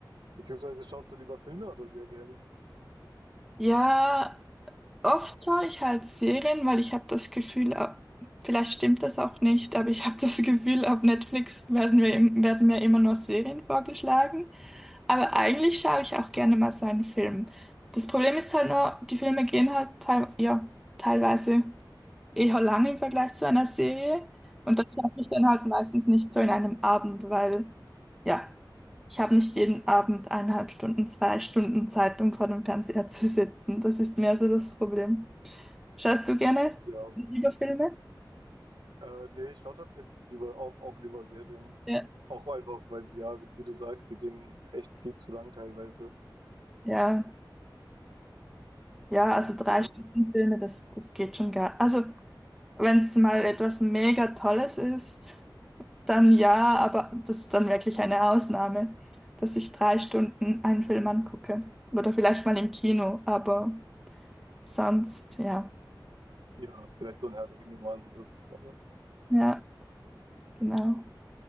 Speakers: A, on the right; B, in the centre.
A: beziehungsweise schaust du lieber Filme oder Serien?
B: Ja, oft schaue ich halt Serien, weil ich habe das Gefühl, au- vielleicht stimmt das auch nicht, aber ich <laughs> habe das Gefühl, auf Netflix werden wir, im- werden mir immer nur Serien vorgeschlagen. Aber eigentlich schaue ich auch gerne mal so einen Film. Das Problem ist halt nur, die Filme gehen halt teil, ja, teilweise eher lang im Vergleich zu einer Serie. Und das schaffe ich dann halt meistens nicht so in einem Abend, weil ja, ich habe nicht jeden Abend eineinhalb Stunden, zwei Stunden Zeit, um vor dem Fernseher zu sitzen. Das ist mehr so das Problem. Schaust du gerne
A: Ja.
B: lieber Filme?
A: Äh, nee, ich schaue tatsächlich lieber auch, auch lieber Serien.
B: Ja.
A: Auch einfach, weil sie ja, wie, wie du sagst, die gehen echt viel zu lang teilweise.
B: Ja, ja, also drei
A: Ja,
B: Stunden Filme, das, das geht schon gar. Also, wenn es mal etwas mega Tolles ist. Dann ja, aber das ist dann wirklich eine Ausnahme, dass ich drei Stunden einen Film angucke. Oder vielleicht mal im Kino, aber sonst ja.
A: ja, vielleicht so ein Herr der Ringe mal oder so.
B: Ja, genau.